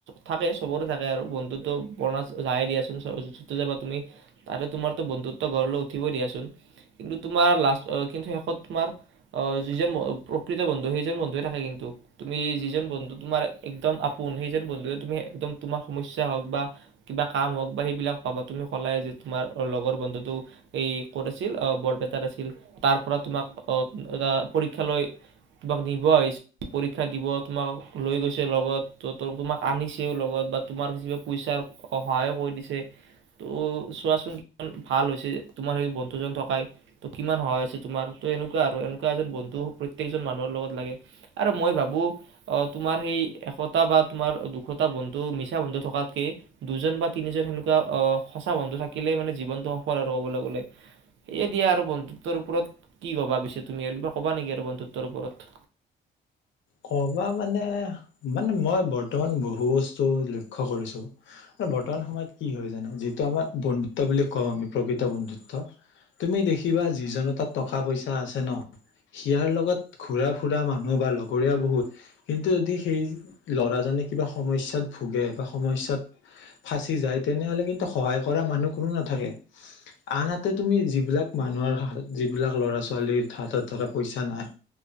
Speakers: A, on the right (about 70°); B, on the left (about 70°).
A: থাকে চবৰে থাকে। আৰু বন্ধুতটো বৰ্ণা নাই দিয়াচোন যাবা তুমি তাৰে তোমাৰতো বন্ধুত্ব গড় লৈ উঠিব দিয়াচোন কিন্তু, তোমাৰ লাষ্ট কিন্তু শেষত তোমাৰ যিজন। প্ৰকৃত সেইজন বন্ধে থাকে। কিন্তু তুমি যিজন বন্ধু তোমাৰ একদম আপোন সেইজন বন্ধুৱে তুমি একদম তোমাৰ সমস্যা হওঁক বা কিবা কাম হওঁক বা সেইবিলাক পাবা। তুমি কলাই যে তোমাৰ লগৰ বন্ধুটো এই ক'ত আছিল বৰপেটাত আছিল তাৰ পৰা তোমাক এটা পৰীক্ষা লৈ। তোমাক নিব আহিছে পৰীক্ষা দিব তোমাক লৈ গৈছে লগত। ত তোমাক আনিছেওঁ লগত। বা তোমাৰা পইচাৰ সহায়ো কৰি দিছে। ত চোৱাচোনমান ভাল হৈছে। তোমাৰ সেই বন্ধুজন থকাই ত কিমান সহায় হৈছে তোমাৰ ত এনেকুৱা আৰু এনেকুৱা এজন বন্ধু। প্ৰত্যেকজন মানুহৰ লগত লাগে। আৰু মই ভাবো অ তোমাৰ সেই এশটা বা তোমাৰ দুশটা বন্ধু মিছা বন্ধু থকাতকে, দুজন বা তিনিজন সেনেকুৱা আহ সঁচা বন্ধু থাকিলে মানে জীৱনটো সফল। আৰু কবলৈ গলে, এ দিয়া আৰু বন্ধুত্বৰ ওপৰত কি কবা পিছে তুমি আৰু কিবা ক'বা নেকি আৰু বন্ধুত। <unintelligible> তাৰ ওপৰত।
B: কবা মানে মানে মই বৰ্তমান বহু বস্তু লক্ষ্য কৰিছোঁ মই বৰ্তমান সময়ত কি হয় জানো, যিটো আমাৰ বন্ধুত্ব বুলি কওঁ আমি প্ৰকৃত বন্ধুত্ব তুমি দেখিবা যিজনৰ তাত টকা পইচা আছে ন সিয়াৰ লগত ঘুৰা ফুৰা মানুহ বা লগত। <unintelligible> কৰিলা বহুত কিন্তু যদি সেই ল'ৰাজনে কিবা সমস্যাত ভোগে বা সমস্যাত ফাঁচি যায়, তেনেহলে কিন্তু সহায় কৰা মানুহ কোনো নাথাকে। আনহাতে তুমি যিবিলাক মানুহৰ হা যিবিলাক ল'ৰা ছোৱালীৰ হাতত ধৰা পইচা নাই